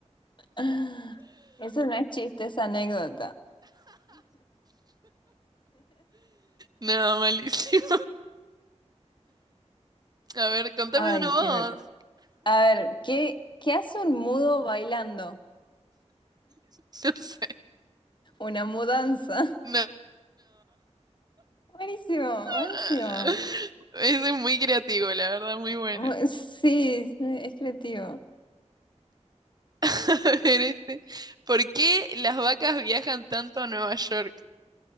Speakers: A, on the left (about 40°); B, on the right (about 35°).
A: <gasps> Eso no es chiste, es anécdota.
B: No, malísimo. A ver, contame
A: Ay,
B: uno vos.
A: quiero. A ver, ¿qué, qué hace un mudo bailando?
B: <laughs> No sé.
A: Una mudanza.
B: No.
A: <laughs> Buenísimo,
B: <laughs>
A: buenísimo.
B: Ese es muy creativo, la verdad, muy bueno.
A: Bu- Sí, es creativo.
B: <laughs> A ver, este. ¿Por qué las vacas viajan tanto a Nueva York?